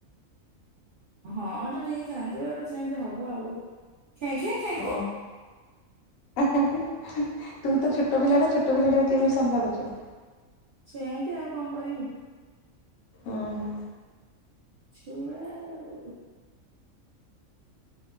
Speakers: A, on the right; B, on the left.
A: ହଁ ତ ଟିକେ କାନ୍ଦିବ ତ ସେମିତି ହବ ଆଉ ଖେଁ ଖେଁ ଖେଁ
B: ଓ
A: ଖେଁ
B: ତୁ ତ ଛୋଟ ପିଲାଟା ଛୋଟ ପିଲାଟା କେମିତି ସମ୍ଭାଳୁଛୁ।
A: ସେମିତି ଆଉ କଣ କରିବି।
B: ଓହୋ।
A: ଛୁଆ ଆଉ